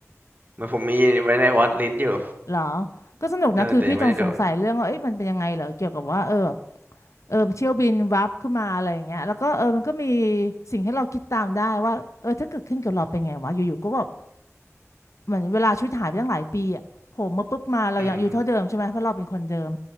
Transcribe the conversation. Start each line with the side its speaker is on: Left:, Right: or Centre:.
Right: เหมือนผมมีไว้ในวอตลิสต์อยู่
Left: เหรอก็สนุกนะคือพี่ต้องสงสัยเรื่องว่าเอ๊ะมันเป็นยังไงเหรอเกี่ยวกับว่าเออแบบ
Right: เออแต่ยังไม่ได้ดู
Left: เออเที่ยวบินวับขึ้นมาอะไรอย่างเงี้ยแล้วก็เออมันก็มีสิ่งให้เราคิดตามได้ว่าเออถ้าเกิดขึ้นกับเราเป็นไงวะอยู่ๆก็แบบ เหมือนเวลาชุดหายไปตั้งหลายปีอ่ะโหมาปุ๊บมาเรายังอายุเท่าเดิมใช่ไหมเพราะเราเป็นคนเดิม
Right: อืม